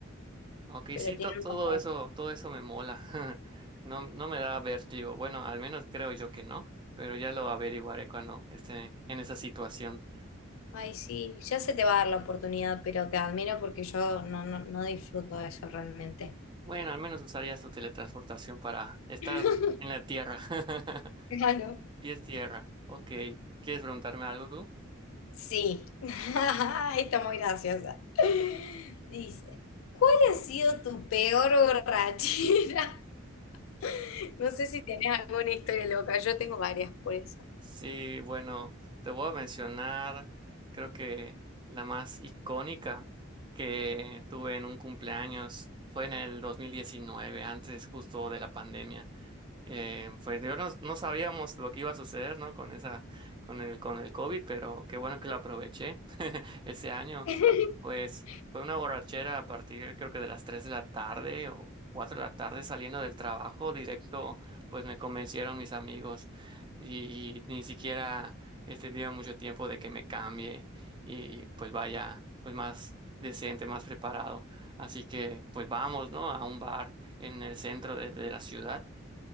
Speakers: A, on the right; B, on the left.
A: Ok,
B: pero
A: sí, to-
B: tiene un
A: todo
B: motor.
A: eso, todo eso me mola. <laughs> No, no me da vértigo. Bueno, al menos creo yo que no, pero ya lo averiguaré cuando esté en esa situación.
B: Ay, sí, ya se te va a dar la oportunidad, pero te admiro porque yo no, no, no disfruto de eso realmente.
A: Bueno, al menos usarías tu teletransportación para estar
B: <laughs>
A: en la tierra. <laughs>
B: Claro.
A: Pies tierra. Ok. ¿Quieres preguntarme algo tú?
B: Sí, <laughs> está muy graciosa. Dice, ¿cuál ha sido tu peor borrachera? <laughs> No sé si tenés alguna historia loca, yo tengo varias por eso.
A: Sí, bueno, te voy a mencionar, creo que la más icónica que tuve en un cumpleaños fue en el 2019, antes justo de la pandemia. Eh, pues yo no, no sabíamos lo que iba a suceder, ¿no? Con esa, con el, con el COVID, pero qué bueno que lo aproveché <laughs> ese año.
B: <laughs>
A: Pues fue una borrachera a partir, creo que de las 3 de la tarde o 4 de la tarde saliendo del trabajo directo, pues me convencieron mis amigos y ni siquiera he tenido mucho tiempo de que me cambie y pues vaya, pues más decente, más preparado. Así que pues vamos, ¿no? A un bar en el centro de de la ciudad